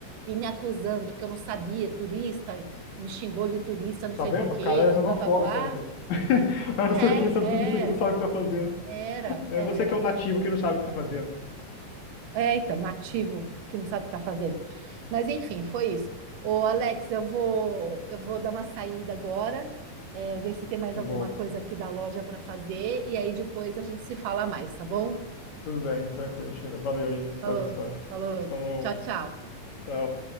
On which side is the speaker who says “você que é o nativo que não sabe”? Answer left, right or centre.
Left